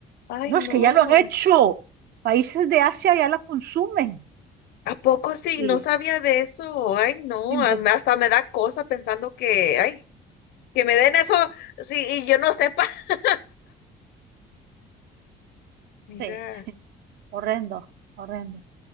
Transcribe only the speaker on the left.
Ay,
no,
¿a poco sí?
No sabía de eso, ay, no,
a- hasta me da cosa pensando que, ay, que me den eso, sí, y yo no sepa. <laughs> Mira,